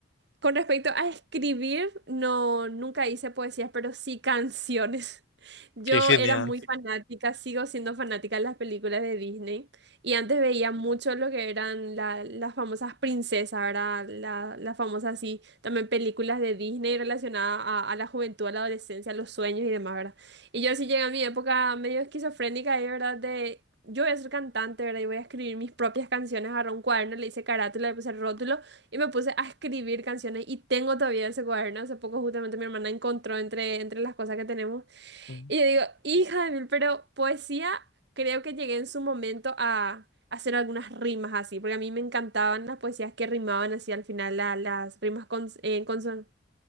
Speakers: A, on the right (about 60°); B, on the left (about 75°).
A: Con respecto a escribir, no, nunca hice poesías, pero sí canciones. <laughs> Yo
B: qué genial.
A: era muy fanática, sigo siendo fanática de las películas de Disney y antes veía mucho lo que eran la- las famosas princesas, ¿verdad? La- las famosas, así, también películas de Disney relacionadas a, a la juventud, a la adolescencia, a los sueños y demás, ¿verdad? Y yo sí llegué a mi época medio esquizofrénica ahí, ¿verdad? De yo voy a ser cantante, ¿verdad? Y voy a escribir mis propias canciones, agarré un cuaderno, le hice carátula, le puse rótulo. Y me puse a escribir canciones y tengo todavía ese cuaderno. Hace poco justamente mi hermana encontró entre, entre las cosas que tenemos.
B: Ujú.
A: Y yo digo, hija de mil, pero poesía creo que llegué en su momento a hacer algunas rimas así, porque a mí me encantaban las poesías que rimaban así al final, la- las rimas con, eh, conson-